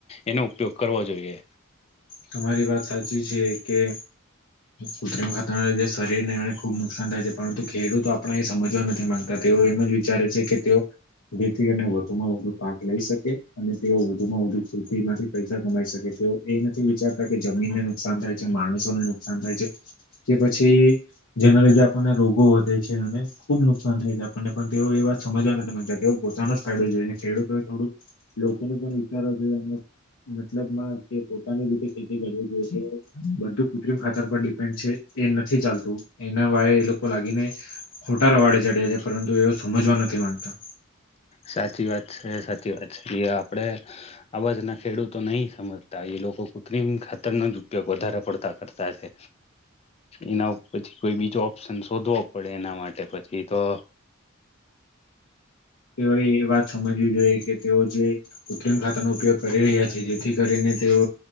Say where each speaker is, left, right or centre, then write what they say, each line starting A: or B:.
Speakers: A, on the left; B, on the left.
A: એનો ઉપયોગ કરવો જોઈએ.
B: તમારી વાત સાચી છે કે કૃત્રિમ ખાતાની શરીરને એને ખુબ નુકસાન થાય છે પરંતુ ખેડૂતો આપણા એ સમજવા નથી માંગતા તેઓ એમ જ વિચારે છે કે તેઓ જેથીને વધુમાં વધુ પાક લઈ શકે અને તેઓ વધુમાં વધુ ખૃતિ માંથી પૈસા કમાઈ શકે તો એ વિચારતા કે જમીનનું નુકસાન થાય છે માણસોને નુકસાન થાય છે કે પછી જેના લીધે આપણને રોગો વધે છે અને ખુબ નુકસાન થાય છે આપણને પણ તેઓ એ વાત સમજવા નથી માંગતા તેઓ પોતાનો જ ફાયદો જોઈ ખેડૂતો એ થોડુંક લોકોને પણ વિચારવ જોઈએ મતલબમાં પોતાની રીતે ખેતી કરવી જોઈએ બધું કૃત્રિમ ખાતર પર ડિપેન્ડ છે એ નથી ચાલતું એના વાયે એ લોકો લાગીને ખોટાર વાડે ચડ્યા છે પરંતુ એવ સમજવા નથી માંગતા
A: સાચી વાત છે સાચી વાત છે એ આપડે આવાજ ના ખેડૂતો નહી સમજતા એ લોકો કૃત્રત્રિમ ખાતરનો જ ઉપયોગ વધારે પડતા કરતા છે એના પછી કોઈ બીજો ઓપ્શન શોધવો પડે એના માટે પછી તો
B: તેઓએ એ વાત સમજવી જોઈએ કે તેઓ જે કૃત્રિમ ખાતરનો ઉપયોગ કરી રહ્યા છે જેથી કરીને તેઓ